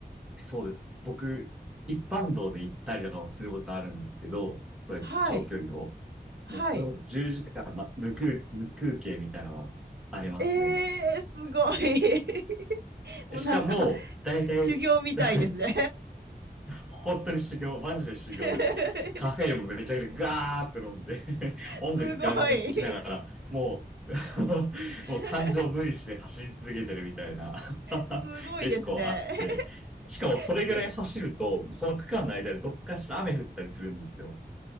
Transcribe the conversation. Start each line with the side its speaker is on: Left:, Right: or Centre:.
Centre: そうです。僕、一般道で行ったりとかもすることあるんですけど、そうやって長距離を。
Right: はい、はい。
Centre: もう、それこそ10時間、ま、無空、無空憩みたいなのはありますね。
Right: えー、すごい。<laughs> もうなんか
Centre: しかも、大体、
Right: 修行みたいですね。
Centre: <laughs> 本当に修行、マジで修行です。
Right: <laughs>
Centre: カフェインもめちゃくちゃガーって飲んで <laughs> 音楽ガンガン聴きながら、
Right: すごい。
Centre: もう、<laughs>
Right: <laughs>
Centre: もう感情無理して走り続けてるみたいな <laughs>
Right: すごいですね。
Centre: 結構あって。
Right: <laughs>
Centre: しかもそれぐらい走ると、
Right: へ
Centre: その区間の間でどっかしら雨降ったりするんですよ。